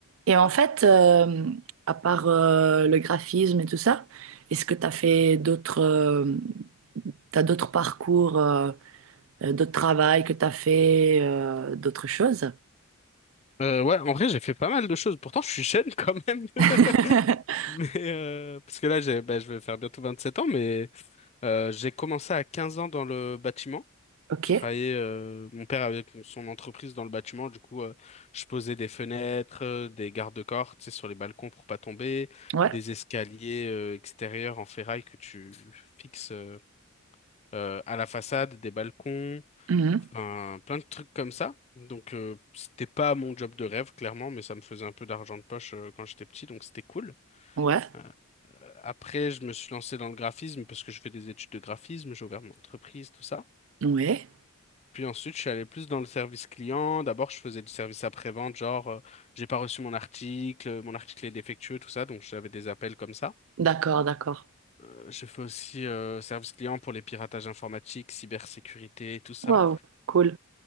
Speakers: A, on the right; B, on the left.
A: Et en fait, euh, à part euh, le graphisme et tout ça, est-ce que tu as fait d'autres euh, t'as d'autres parcours, euh, euh, d'autres travail que tu as fait, euh, d'autres choses?
B: Euh, ouais, en vrai, j'ai fait pas mal de choses. Pourtant, je suis jeune quand même.
A: <laughs>
B: <laughs> Mais euh, parce que là, j'ai, bah, je vais faire bientôt 27 ans, mais euh, j'ai commencé à 15 ans dans le bâtiment.
A: Ok,
B: Je travaillais, euh, mon père avait son entreprise dans le bâtiment, du coup, euh, je posais des fenêtres, euh, des garde-corps, tu sais, sur les balcons pour pas tomber,
A: ouais,
B: des escaliers euh, extérieurs en ferraille que tu fixes euh, euh, à la façade, des balcons.
A: Mhm.
B: Enfin, plein de trucs comme ça. Donc, euh, c'était pas mon job de rêve, clairement, mais ça me faisait un peu d'argent de poche euh, quand j'étais petit, donc c'était cool.
A: Ouais,
B: Euh, après, je me suis lancé dans le graphisme parce que je fais des études de graphisme, j'ai ouvert mon entreprise, tout ça.
A: ouais,
B: Puis ensuite, je suis allé plus dans le service client. D'abord, je faisais du service après-vente, genre, euh, j'ai pas reçu mon article, mon article est défectueux, tout ça, donc j'avais des appels comme ça.
A: d'accord, d'accord.
B: Euh, j'ai fait aussi euh, service client pour les piratages informatiques, cybersécurité, tout ça.
A: Waouh, cool.